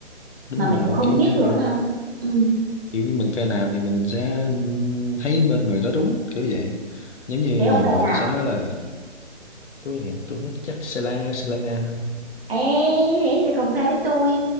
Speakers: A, on the left; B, on the right.
A: đúng
B: mà mình
A: rồi,
B: cũng không
A: kiểu như
B: biết được
A: fan,
B: ha ừ.
A: kiểu như mình fan nào thì mình sẽ thấy bên người đó đúng kiểu vậy. Giống như
B: thế ông
A: nhiều
B: phe
A: người
B: nào
A: ta sẽ nói là tôi tôi thích chắc Sela Selena
B: Ê, thế thì cùng fan với tôi